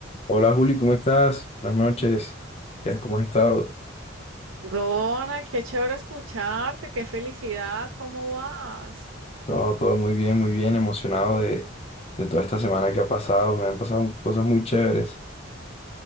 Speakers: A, on the left; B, on the right.
A: Hola Juli, ¿cómo estás? Buenas noches. ¿Qué- ¿Cómo has estado?
B: Ronald, qué chévere escucharte, qué felicidad, ¿cómo vas?
A: Todo, todo muy bien, muy bien, emocionado de, de toda esta semana que ha pasado. Me han pasado cosas muy chéveres.